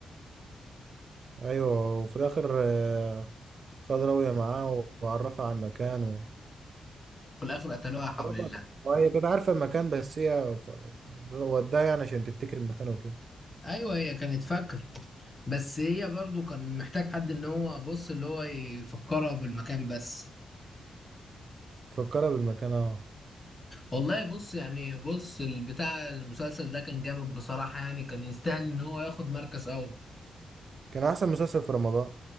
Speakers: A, on the right; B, on the left.
A: ايوه وفي الاخر آه، خد راوية معاه و- وعرفها على المكان و-
B: في الآخر قتلوها حول
A: عرفها
B: الله
A: وهي كانت عارفة المكان بس هي ف- يعني وداها يعني عشان تفتكر المكان وكده
B: ايوه هي كانت فاكر بس هي برضو كان محتاج حد ان هو بص اللي هو يفكرها بالمكان بس
A: تفكرها بالمكان اه
B: والله بص يعني بص البتاع المسلسل ده كان جامد بصراحة يعني كان يستاهل ان هو ياخد مركز اول
A: كان احسن مسلسل في رمضان